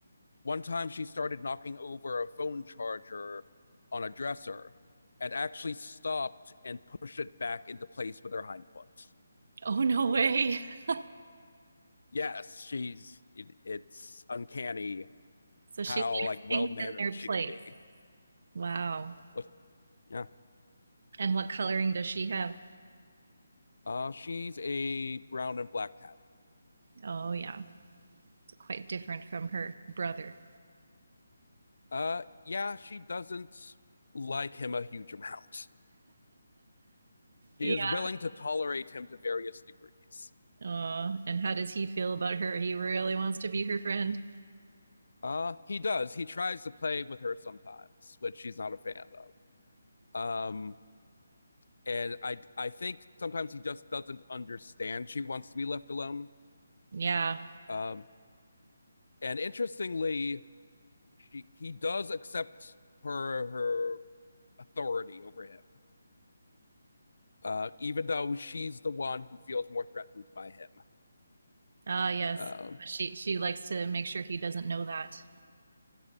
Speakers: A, on the left (about 75°); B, on the right (about 55°).
A: One time she started knocking over a phone charger on a dresser and actually stopped and pushed it back into place with her hind foot.
B: Oh, no way. <laughs>
A: Yes, she's it, it's uncanny
B: So she
A: how
B: likes
A: like well
B: things
A: mannered
B: in their
A: she
B: place.
A: can be.
B: Wow.
A: But yeah,
B: And what coloring does she have?
A: uh, she's a brown and black tabby.
B: Oh, yeah. It's quite different from her brother.
A: Uh, yeah, she doesn't like him a huge amount. She
B: Yeah.
A: is willing to tolerate him to various degrees.
B: Oh, and how does he feel about her? He really wants to be her friend.
A: Uh, he does. He tries to play with her sometimes, which she's not a fan of. Um, and I I think sometimes he just doesn't understand she wants to be left alone.
B: Yeah,
A: Um, and interestingly, she, he does accept her her authority over him, uh, even though she's the one who feels more threatened by him.
B: Ah, yes.
A: Um,
B: She she likes to make sure he doesn't know that.